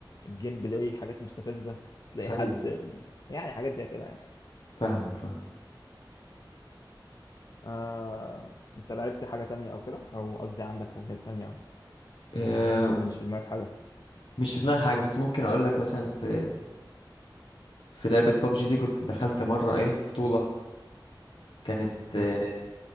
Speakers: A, on the left (about 50°); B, on the left (about 80°).
A: الجيم بلاي حاجات مستفزه تلاقي
B: ايوه
A: حد يعني حاجات زي كده يعني
B: فاهمك فاهم
A: آه... انت لعبت حاجه تانية او كده او قصدي عندك هوايات تانية
B: آه
A: ولا مش في دماغك حاجة
B: مش في دماغي حاجه بس ممكن اقول لك مثلا في في لعبه بابجي دي كنت دخلت مره ايه بطوله كانت آه
A: امم